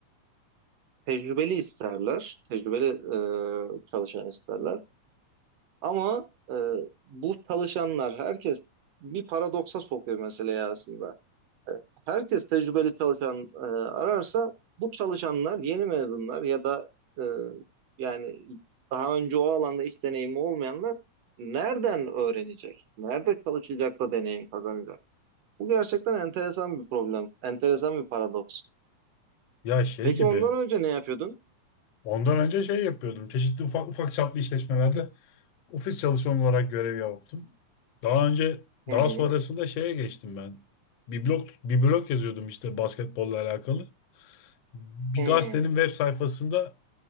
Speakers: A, on the right; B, on the left.
A: tecrübeli isterler, tecrübeli e, çalışan isterler. Ama e, bu çalışanlar herkes bir paradoksa sokuyor meseleyi aslında. herkes tecrübeli çalışan e, ararsa bu çalışanlar yeni mezunlar ya da e, yani daha önce o alanda iş deneyimi olmayanlar nereden öğrenecek? Nerede çalışacak da deneyim kazanacak? Bu gerçekten enteresan bir problem, enteresan bir paradoks.
B: Ya şey
A: Peki
B: gibi.
A: ondan önce ne yapıyordun?
B: Ondan önce şey yapıyordum. Çeşitli ufak ufak çaplı işletmelerde ofis çalışanı olarak görev yaptım. Daha önce
A: Hı
B: daha
A: hı.
B: sonrasında şeye geçtim ben. Bir blog bir blog yazıyordum işte basketbolla alakalı. Bir
A: Hı.
B: gazetenin web sayfasında